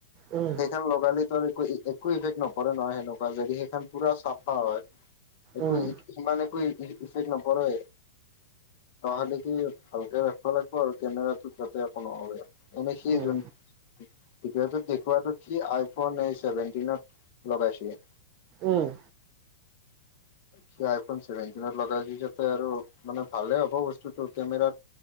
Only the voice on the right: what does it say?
উম
উম
উম
উম।